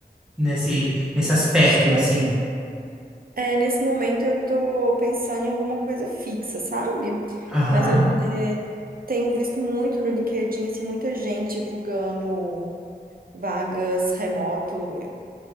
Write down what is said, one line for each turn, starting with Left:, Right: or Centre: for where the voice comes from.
Centre: nesse, nesse aspecto,
Right: Acho que nesse,
Centre: assim?
Right: é, nesse momento eu tô pensando em alguma coisa fixa, sabe?
Centre: Aham,
Right: Mas eu tenho visto muito no LinkedIn, assim, muita gente divulgando. vagas remoto